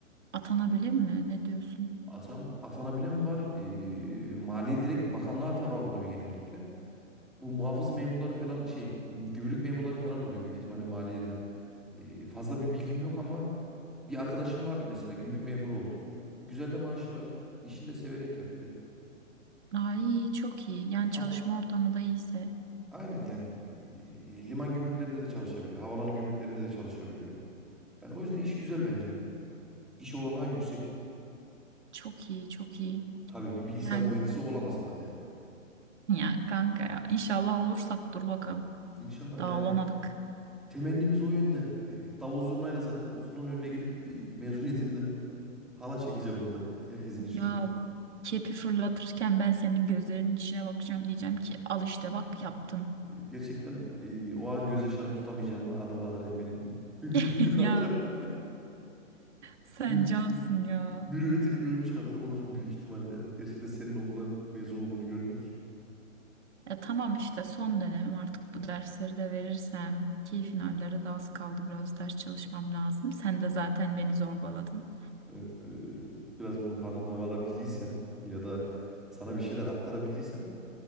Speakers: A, on the right (about 55°); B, in the centre.
A: Atanabilir mi? Ne diyorsun?
B: Atam, atanabilen var. E, maliye direkt bakanlığa atama oluyor genellikle. Bu muhafız memurları falan şey m, gümrük memurları falan oluyor büyük ihtimalle maliyede. E, fazla bir bilgim yok ama bir arkadaşım vardı mesela gümrük memuru oldu. Güzel de maaşı var. İşini de severek yapıyor.
A: Aa, iyi çok iyi. Yani çalışma
B: Am-
A: ortamı da iyiyse.
B: Aynen yani e, liman gümrüklerinde de çalışabiliyor. Havaalanı gümrüklerinde de çalışabiliyor. Yani o yüzden iş güzel bence. İş olanağı yüksek.
A: Çok iyi, çok iyi.
B: Tabii bir bilgisayar
A: Yani
B: mühendisi olamasa da yani.
A: ya kanka ya inşallah olursak dur bakalım.
B: İnşallah
A: Daha
B: yani
A: olamadık.
B: temennimiz o yönde. E, Davul zurnayla zaten okulun önüne gelip e, mezuniyetinde hala çekeceğim orada herkesin içinde.
A: Ya kepi fırlatırken ben senin gözlerinin içine bakacağım diyeceğim ki al işte bak yaptım.
B: E, Gerçekten e, o an gözyaşlarım tutamayacağıma adım kadar eminim. <laughs> Hüngür
A: <laughs>
B: hüngür alacağım.
A: Ya
B: <laughs>
A: sen
B: Mür
A: cansın ya.
B: mürüvvetini görmüş kadar olurum büyük ihtimalle. Gerçekten senin okuldan mezun olduğunu görmek.
A: Ya tamam işte son dönemim artık bu dersleri de verirsem ki finallere de az kaldı biraz ders çalışmam lazım. Sen de zaten beni zorbaladın.
B: Evet, e, biraz bunun farkında varabildiysen ya da sana bir şeyler aktarabildiysem